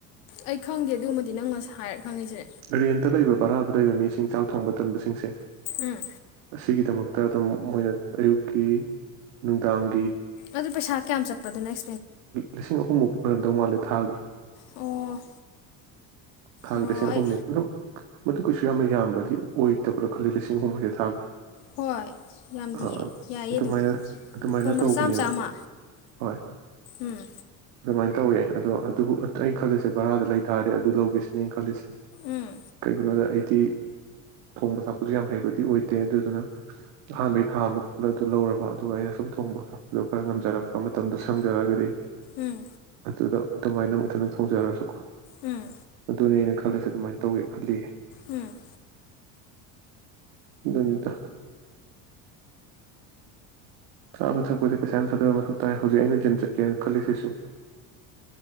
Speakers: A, on the left; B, on the right.
A: ꯑꯩ ꯈꯪꯗꯦ ꯑꯗꯨꯃꯗꯤ ꯅꯪ ꯉꯁꯥꯏ ꯍꯥꯏꯔ ꯈꯪꯉꯤꯁꯦ
B: ꯔꯦꯟꯠ ꯂꯩꯕꯥ ꯕꯥꯔꯗꯥ ꯂꯩꯕꯥ ꯃꯤꯁꯤꯡ ꯆꯥꯛ ꯊꯣꯪꯕꯥ ꯇꯟꯕꯁꯤꯡꯁꯦ
A: ꯎꯝ
B: ꯑꯁꯤꯒꯤꯗꯃꯛ꯫ ꯇ ꯑꯗꯨꯝ ꯃꯣꯏꯅ ꯑꯌꯨꯛꯀꯤ ꯅꯨꯡꯗꯥꯡ
A: ꯑꯗꯨ ꯄꯩꯁꯥ ꯀꯌꯥꯝ ꯆꯠꯄꯗꯨ ꯅꯦꯛ
B: ꯂꯤꯁꯤꯡ ꯑꯍꯨꯝꯃꯨꯛꯀꯤ ꯑꯣꯏꯔꯝꯗꯧ ꯃꯥꯜꯂꯦ꯫ ꯊꯥꯒꯤ
A: ꯑꯣ
B: ꯫ ꯊꯥꯒꯤ
A: ꯑꯣ
B: ꯂꯤꯁꯤꯪ
A: ꯑꯩ
B: ꯑꯍꯨꯝꯅꯦ ꯑꯗꯨ ꯃꯗꯨ ꯀꯩꯁꯨ ꯌꯥꯝꯅ ꯌꯥꯝꯕꯗꯤ ꯑꯣꯏꯗꯕ꯭ꯔꯥ ꯈꯜꯂꯤ ꯂꯤꯁꯤꯡ ꯑꯍꯨꯝ ꯍꯥꯏꯖ ꯊꯥꯒꯤ꯫
A: ꯍꯣꯏ ꯌꯥꯝꯗꯤꯌꯦ
B: ꯑꯥ,
A: ꯌꯥꯏꯌꯦ
B: ꯑꯗꯨꯃꯥꯏꯅ
A: ꯑꯗꯨꯝ
B: ꯑꯗꯨꯃꯥꯏꯅ
A: ꯅꯣꯡꯃꯗ
B: ꯇꯧꯕꯅꯦꯕ
A: ꯆꯥꯝꯃ- ꯆꯥꯝꯃ꯫
B: ꯍꯣꯏ
A: ꯎꯝ꯫
B: ꯑꯗꯨꯃꯥꯏꯅ ꯇꯧꯋꯦ ꯑꯗꯣ ꯑꯗꯨꯕꯨ ꯑꯩꯅ ꯈꯜꯂꯤꯁꯦ ꯕꯔꯥꯗ ꯂꯩꯇꯥꯔꯗꯤ ꯑꯗꯨ ꯂꯧꯒꯦꯁꯤꯅꯦ ꯑꯩꯅ ꯈꯜꯂꯤꯁꯦ
A: ꯎꯝ
B: ꯀꯩꯒꯤꯅꯣꯗ ꯑꯩꯗꯤ ꯊꯣꯡꯕ ꯊꯥꯛꯄꯁꯨ ꯌꯥꯝ ꯍꯩꯕꯗꯤ ꯑꯣꯏꯗꯦ ꯑꯗꯨꯗꯨꯅ ꯑꯍꯥꯟꯕꯩ ꯊꯥꯃꯨꯛꯇꯅ ꯑꯗꯨ ꯂꯧꯔꯕ ꯑꯗꯨꯒ ꯑꯩꯅ ꯁꯨꯝ ꯊꯣꯡꯕ ꯊꯥꯛꯄꯗꯣ ꯈꯔ ꯉꯝꯖꯔꯛꯄ ꯃꯇꯝꯗꯁꯨ <unintelligible> ꯑꯗꯨꯗ
A: ꯎꯝ
B: ꯑꯗꯨꯃꯥꯏꯅ ꯃꯨꯊꯟꯅ ꯊꯧꯖꯔꯁꯨꯀꯣ꯫
A: ꯎꯝ
B: ꯑꯗꯨꯅꯤ ꯑꯩꯅꯥ ꯈꯜꯂꯤꯁꯦ ꯑꯗꯨꯃꯥꯏꯅ ꯇꯧꯒꯦ ꯈꯜꯂꯤꯌꯦ꯫
A: ꯎꯝ꯫
B: ꯗꯨꯅꯤꯗ꯫ ꯆꯥꯕ ꯊꯛꯄꯁꯦ ꯄꯩꯁꯥ ꯌꯥꯝ ꯊꯥꯗꯕ ꯃꯊꯧ ꯇꯥꯏ ꯍꯧꯖꯤꯛ ꯑꯩꯅ ꯖꯤꯝ ꯆꯠꯀꯦꯅ ꯈꯜꯂꯤꯁꯤꯁꯨ